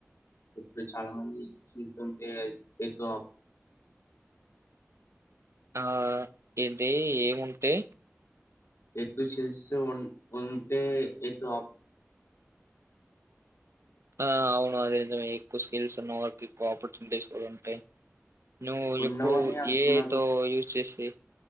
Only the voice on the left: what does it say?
ఇప్పుడు చాలా మంది ఉంటే ఎక్కువ
ఎగ్ సేసి ఉంటే ఎగ్
ఉండవని
అంటున్నారు